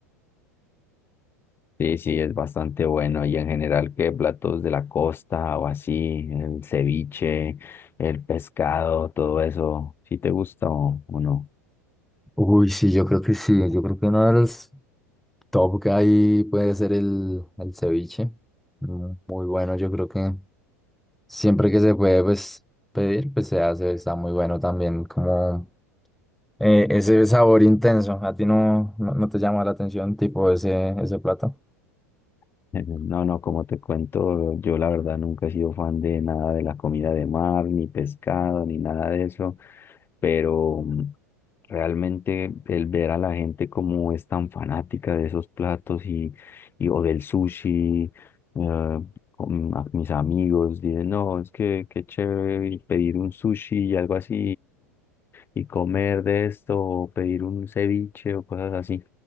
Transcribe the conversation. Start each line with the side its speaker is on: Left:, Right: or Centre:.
Left: Sí, sí, es bastante bueno. Y en general, ¿qué platos de la costa o así? El ceviche, el pescado, todo eso. ¿Sí te gusta o, o no?
Centre: Uy, sí, yo creo que sí. Yo creo que uno de los Top ahí puede ser el, el ceviche. Mm, Muy bueno, yo creo que siempre que se puede pues, pedir, pues se hace, está muy bueno también, como eh, ese sabor intenso. ¿A ti no, no, no te llama la atención tipo ese, ese plato?
Left: <laughs> Eh, No, no, como te cuento, yo la verdad nunca he sido fan de nada de la comida de mar, ni pescado, ni nada de eso, pero mm, realmente el ver a la gente como es tan fanática de esos platos y, y o del sushi, eh, con- a mis amigos dicen, no, es que qué chévere y pedir un sushi y algo así y, y comer de esto, o pedir un ceviche o cosas así.